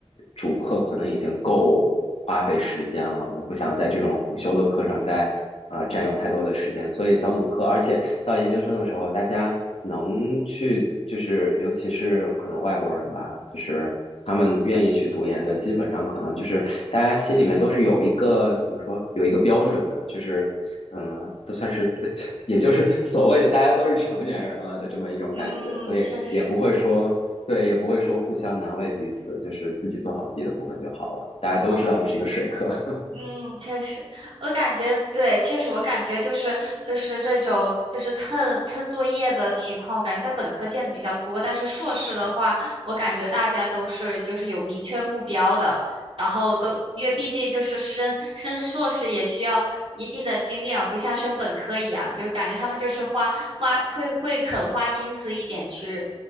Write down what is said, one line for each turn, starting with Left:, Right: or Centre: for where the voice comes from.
Left: 主课可能已经够花费时间了，我不想在这种辅修的课上再呃占用太多的时间，所以小组课，而且到研究生的时候，大家能去就是，尤其是可能外国人吧，就是他们愿意去读研的，基本上可能就是大家心里面都是有一个怎么说，有一个标准的，就是嗯，都算是 <laughs>，也就是所谓的大家都是成年人了的这么一种感觉，
Right: 嗯，
Left: 所以也不会说对，
Right: 确实。
Left: 也不会说互相难为彼此，就是自己做好自己的部分就好了。大家都知道这是一个水课，
Right: 哦。
Left: <laughs>
Right: 嗯，确实，我感觉对，确实，我感觉就是就是这种就是蹭蹭作业的情况，我感觉在本科见的比较多，但是硕士的话，我感觉大家都是就是有明确目标的，然后都因为毕竟就是升升硕士也需要一定的精力啊，不像升本科一样，就是感觉他们就是花花会会肯花心思一点去。